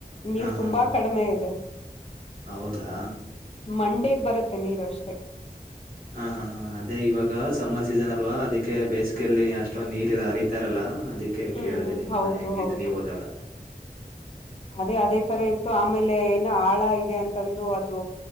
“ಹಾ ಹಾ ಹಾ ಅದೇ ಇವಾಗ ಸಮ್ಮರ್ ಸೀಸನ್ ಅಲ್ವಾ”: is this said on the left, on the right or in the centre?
Right